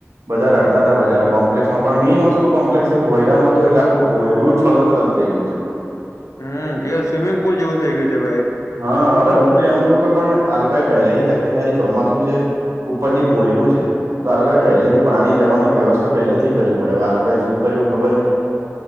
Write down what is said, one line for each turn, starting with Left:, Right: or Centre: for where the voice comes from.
Right: બધા રડતા હતા બજારે કોમ્પ્લેક્ષસમાં પણ મેઈન વસ્તુ કોમ્પ્લેક્ષસ ભોયરામાં હતું એટલે આખું બોયરું છો ફલ થઈ ગયું છે
Left: હમ એ સ્વિમિંગ પુલ જેવું થઈ ગયું છે બ
Right: હા અરે હું તો એમ કઉ કે પણ આ લોકો એ પહેલાથી તકેદારી ચોમાસુ છે ઉપર થી ભોયર્યું છે તો આ લોકોએ
Left: હમ
Right: પહેલેથી પાણી જવાની વ્યવસ્થા પહેલેથી કરવી પડેવે આ લોકોએ શું કર્યું ખબર નહી